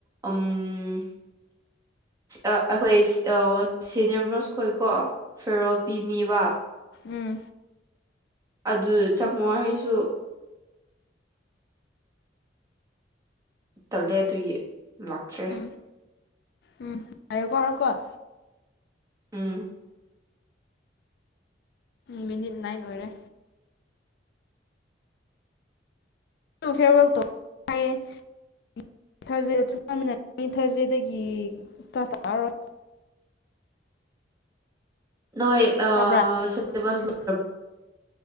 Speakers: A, on the right (about 20°); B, on the left (about 65°).
A: ꯎꯝ ꯑꯥ ꯑꯩꯈꯣꯏ ꯑꯣ ꯁꯤꯅꯤꯌꯔ ꯃ꯭ꯔꯣꯁ ꯈꯣꯏꯀꯣ ꯐꯦꯌ꯭ꯋꯦꯜ ꯄꯤꯅꯤꯕ꯫
B: ꯎꯝ
A: ꯑꯗꯨ ꯆꯪꯉꯣ
B: ꯑꯣ
A: ꯍꯥꯏꯁꯨ ꯇꯜꯂꯦ ꯑꯗꯨꯒꯤ ꯂꯥꯛꯇ꯭ꯔꯦ
B: ꯎꯝ ꯎꯝ ꯉꯥꯏꯌꯨꯀꯣ <unintelligible>
A: ꯎꯝ
B: ꯃꯤꯅꯤꯠ ꯅꯥꯏꯟ ꯑꯣꯏꯔꯦ꯫ ꯐꯦꯔꯋꯦꯜꯇꯣ ꯍꯥꯏꯌꯦ꯫ <unintelligible> ꯑꯩ ꯊ꯭ꯔꯖꯗꯦꯗꯒꯤ ꯀ꯭ꯂꯥꯁ ꯂꯥꯛꯑꯔꯣꯏ꯫
A: ꯅꯣꯏ ꯑꯥ
B: ꯇꯥꯕ꯭ꯔꯥ
A: ꯁꯤꯂꯦꯕꯁ
B: ꯎꯝ
A: ꯂꯣꯏ